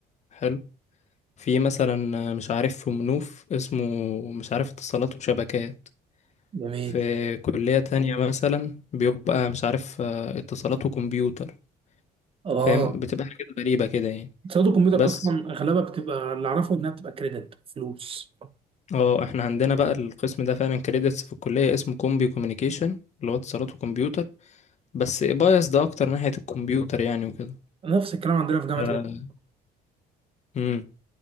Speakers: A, on the left (about 40°); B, on the right (about 35°).
A: حلو في مثلا مش عارف في منوف اسمه مش عارف اتصالات وشبكات
B: جميل
A: في كلية تانية مثلا بيبقى مش عارف اه، اتصالات وكمبيوتر
B: اه
A: فاهم بتبقى حاجات غريبة كده يعني
B: صيانه الكمبيوتر
A: بس
B: اصلا اغلبها بتبقى اللي اعرفه انها بتبقى كريدت فلوس
A: اه احنا عندنا بقى القسم ده فعلا كريدتس في الكلية اسمه كومبي كوميونيكيشن اللي هو اتصالات وكمبيوتر بس بايس ده اكتر ناحية الكمبيوتر يعني وكده
B: نفس الكلام عندنا في جامعه
A: آه،
B: مصر
A: امم